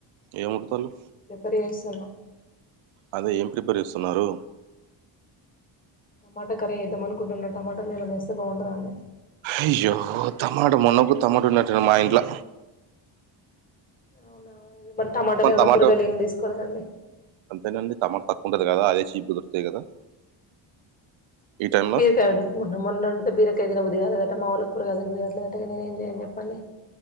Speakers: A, on the right; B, on the left.
A: ఏం వండుతారు
B: ప్రిపేర్ చేస్తున్న
A: అదే ఏం ప్రిపేర్ చేస్తున్నారు
B: టమాటా కర్రీ వేద్దామ అకుంటున్నా టమాటాలు ఏమ వస్తే బాగుంటుంద అండి
A: అయ్యో టమాట మొన్నప్పు తమాటన్న మా ఇంట్లో
B: అవునాక మరి టమాటాలులు ఏమైనా
A: టమాటా
B: కూరగాయలు ఏమి తీసుకోలేదండి
A: అంతేనండి తమట తక్కు ఉంటంది కదా అదే చీప్ గా దోరుకుతాయి కదా ఈ టైంలో
B: బీరకాయి ఉన్నయి మొన్న వండితే బీరకేదిన బుదిగా లేదట మా లు కూరగాదినుదిగాట్లేదటే ఇగ నేను ఏం చేయను చెప్పండి